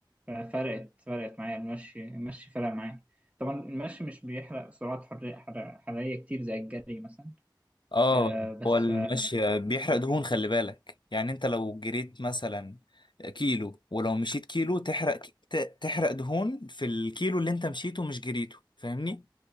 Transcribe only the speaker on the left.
اه
هو المشي
بيحرق
دهون خلي بالك يعني انت لو جريت مثلا كيلو ولو مشيت كيلو تحرق ك- ت- تحرق دهون في الكيلو اللي انت مشيته مش جريته فاهمني